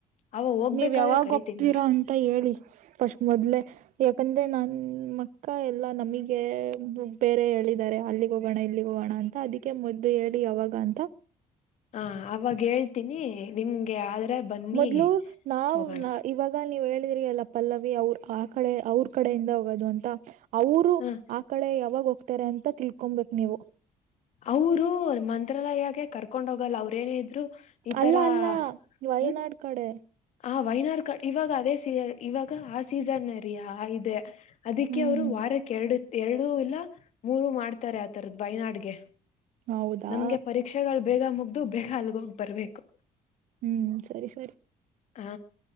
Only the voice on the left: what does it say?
ಅವ ಹೋಗ್ಬೇಕಾದ್ರೆ
ಕರಿತೀನ್
ಬಿಡಿ
ಹ ಅವಾಗ ಹೇಳ್ತೀನಿ ನಿಮ್ಗೆ ಆದ್ರೆ ಬನ್ನಿ
ಹೋಗೋಣ
ಹ
ಅವರು ಮಂತ್ರಾಲಯಾಗೆ ಕರ್ಕೊಂಡ್ ಹೋಗಲ್ಲ ಅವ್ರೇನೇ ಇದ್ರು ಈ
ತರ
ಹ್ಮ್
ಆ ವೈನಾರ್ ಕಡ್ ಇವಾಗ ಅದೇ ಸ ಇವಾಗ ಆ ಸೀಸನ್ ರೀ ಇದೆ ಅದಕ್ಕೆ
ಅವ್ರು
ವಾರಕ್ಕೆ ಎರಡು ಎರಡು ಇಲ್ಲ ಮೂರು ಮಾಡ್ತಾರೆ ಆತರದ ಹೊಯ್ನಾಡಿಗೆ
ನಮ್ಗೆ ಪರೀಕ್ಷೆಗಳು ಬೇಗ ಮುಗ್ದು ಬೇಗ ಅಲ್ಗೋಗ್ ಬರ್ಬೇಕು
ಹಾ